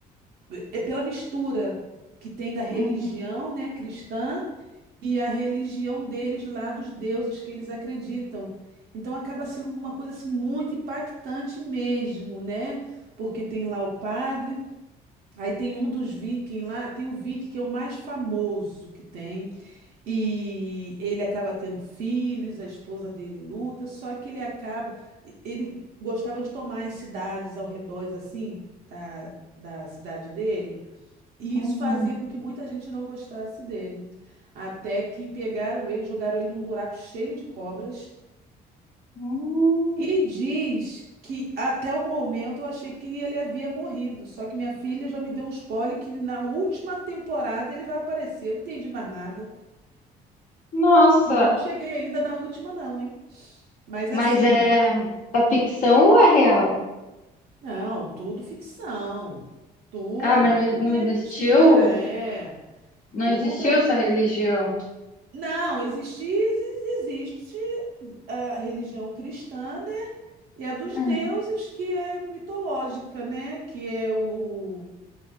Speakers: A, on the right; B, on the left.
A: é, é pela mistura que tem da religião,
B: Uhum.
A: né, cristã e a religião deles lá dos deuses que eles acreditam. Então acaba sendo uma coisa assim muito impactante mesmo, né? Porque tem lá o padre, aí tem um dos vikings lá, tem o viking que é o mais famoso que tem. E ele acaba tendo filhos, a esposa dele luta, só que ele acaba. Ele gostava de tomar as cidades ao redor, assim, da, da cidade dele, e
B: Uhum.
A: isso fazia com que muita gente não gostasse dele. Até que pegaram ele, jogaram ele num buraco cheio de cobras,
B: Hum.
A: e diz que até o momento eu achei que ele havia morrido, só que minha filha já me deu um spoiler que na última temporada ele vai aparecer, Eu não entendi mais nada.
B: Nossa,
A: E não cheguei ainda na última, não, hein? Mas
B: mas
A: assim,
B: é, é ficção ou é real?
A: não, tudo ficção. Tudo,
B: Ah, mas
A: tudo
B: não,
A: ali
B: não existiu?
A: é mentira, é.
B: Não
A: Tudo
B: existiu
A: ali.
B: essa religião?
A: Não, existe, existe eh, a religião cristã, né? E a dos
B: Hum.
A: deuses, que é mitológica, né? Que é o. o-